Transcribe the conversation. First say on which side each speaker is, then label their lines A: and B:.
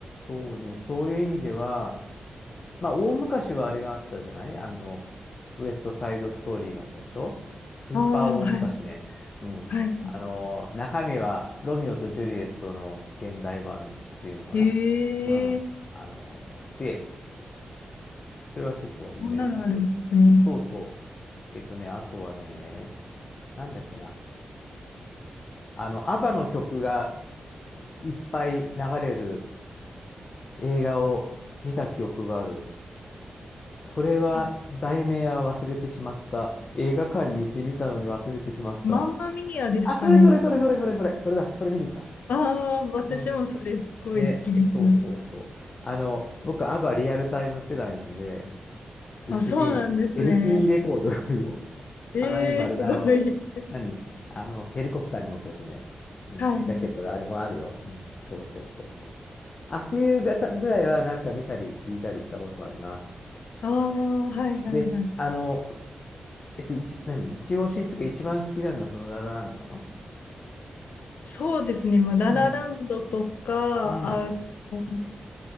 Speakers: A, on the left; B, on the left.
A: そうね、そういう意味では、まあ、大昔はあれがあったじゃないあの、ウエストサイドストーリーがあったでしょスーパー大昔ね。
B: ああ、はい、
A: うん。
B: はい。
A: あの、中身はロミオとジュリエットの現代版っていうのかなうん。
B: へえ、
A: あの、で、それは結構有名ですね。
B: こんなのあるんですね。
A: そうそう。えっとね、あとはね、なんだっけな。あの、アバの曲がいっぱい流れる映画を見た記憶がある。それは、
B: あ
A: 題名は忘れてしまった。映画館に行ってみたのに忘れてしまった。
B: マンマミーアですかね。
A: あ、それそれそれそれそれそれ、それだ、それ見に行った。
B: ああ、私もそれすごい好きです。
A: うん。ね、そうそうそう。あの、僕、アバリアルタイム世代なので、うちに
B: あ、そうなんですね。
A: LP レコードがあるよ。
B: ええすごい。
A: アライバルだ、あの、何あの、ヘリコプターに乗ってですね。うん、
B: はい。
A: ジャケットがあれもあるよ。うん、そうそうそうそう。あ、っていうがたぐらいはなんか見たり聞いたりしたことはあります。
B: ああ、はいはいはい。
A: で、あの、えっと、一、何一押しっていうか一番好きなのはそのララランドなの
B: そうですね。まあ、ララランドとか、
A: うん、うん、
B: あの、